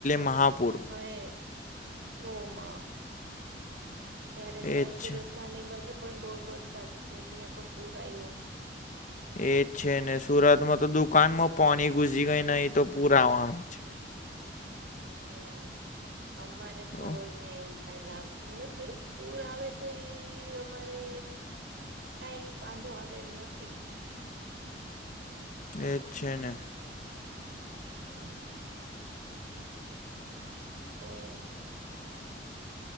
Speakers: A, on the left (about 45°); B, on the right (about 70°).
A: મહાપૂર
B: હ હએ ઓમાં ત્યારે તો
A: એ
B: સુરતમાં
A: જ છે
B: ને એ બાજુ પણ બહુ વરસાદ છે ત્યાં પણ પૂર આવ્યો
A: એજ છે ને સુરતમાં તો દુકાનમાં પોની ઘુસી ગઈ નહ તો પુરાવાનું છે
B: હમ્મ અમારે તો
A: ઓહ,
B: અહિયાં એવું કાઈ લાગતું નથી પૂર આવે તો ઈ અમારે કાઈ વાંધો આવે એમ નથી.
A: એજ છે ને
B: એમ ઓહ!